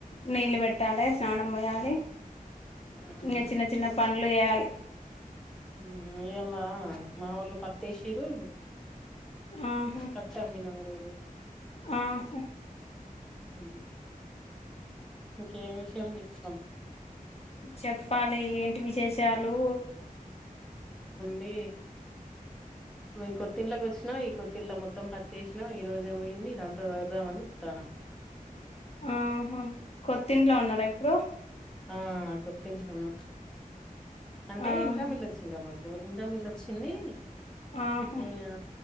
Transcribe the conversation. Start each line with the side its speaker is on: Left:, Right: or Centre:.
Left: నీళ్లు పెట్టాలే స్నానం పోయాలి
Centre: అవునా
Left: ఇంకా చిన్న చిన్న పంలు చేయాలి
Centre: ఉమ్ ఇయాలా మా వాళ్ళు పత్తి ఏసీరు
Left: ఆహా
Centre: పత్తి అమ్మినం ఈ రోజు
Left: ఆహా
Centre: ఉ హు ఇంకేమి విషయాలు చెప్పు
Left: చెప్పాలి ఏ టి విశేషాలు
Centre: ది మీ కొత్తిళ్ళకి వచ్చినా ఈ కొత్తిళ్ల మొత్తం పత్తేసిన ఈ రోజే పోయింది ఇదంతా చరుదామని చూత్తన
Left: ఆహ కొత్తింట్లో ఉన్నారా ఇప్పుడు
Centre: ఆ కొత్తింట్లో ఉన్న అంటే
Left: ఆహా
Centre: ఇంతా మ వెళ్ళొచ్చింటా మాకు గోరిందా మిల్లు వచ్చింది
Left: ఆహా
Centre: ఇయా